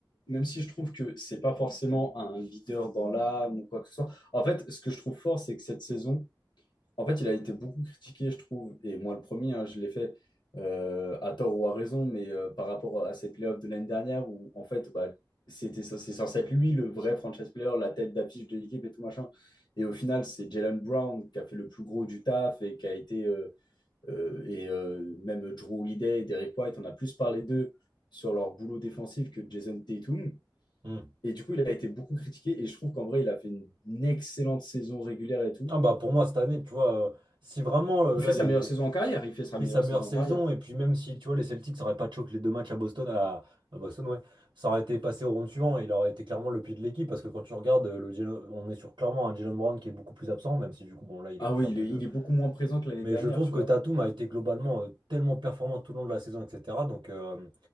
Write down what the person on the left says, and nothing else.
même si je trouve que c'est pas forcément un leader dans l'âme ou quoi que ce soit. En fait, ce que je trouve fort, c'est que cette saison, En fait, il a été beaucoup critiqué, je trouve, et moi le premier, hein, je l'ai fait euh, à tort ou à raison, mais euh, par rapport à ses playoffs de l'année dernière où, en fait, bah, c'était, c'est censé être lui le vrai franchise player, la tête d'affiche de l'équipe et tout machin. Et au final, c'est Jalen Brown qui a fait le plus gros du taf et qui a été. euh, euh, et euh, même Drew Holiday et Derrick White, on a plus parlé d'eux sur leur boulot défensif que Jason Tatum.
Et du coup, il a été beaucoup critiqué et je trouve qu'en vrai, il a fait une une excellente saison régulière et tout.
Il
fait sa
meilleure
saison en carrière, il fait sa
meilleure
saison
en carrière.
Ah
oui,
il est,
il est beaucoup moins présent que l'année
dernière,
tu
vois.